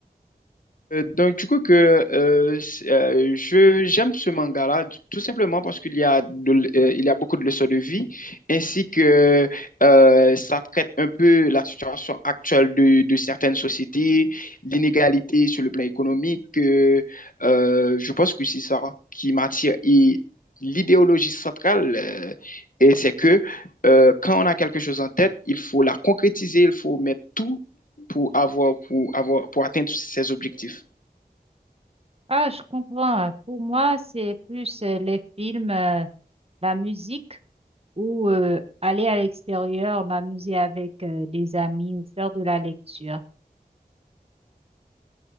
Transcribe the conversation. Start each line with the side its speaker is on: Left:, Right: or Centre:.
Left: Euh, donc, du coup, que, euh, c'est- euh, je, j'aime ce manga-là, d- tout simplement parce qu'il y a de l- euh, il y a beaucoup de leçons de vie, ainsi que euh, ça traite un peu la situation actuelle de, de certaines sociétés, l'inégalité sur le plan économique. euh, euh, je pense que c'est ça qui m'attire. Et l'idéologie centrale, euh, et c'est que euh, quand on a quelque chose en tête, il faut la concrétiser, il faut mettre tout pour avoir, pour avoir, pour atteindre ses objectifs.
Right: Ah, je comprends. Pour moi, c'est plus euh, les films, euh, la musique ou euh, aller à l'extérieur, m'amuser avec euh, des amis ou faire de la lecture.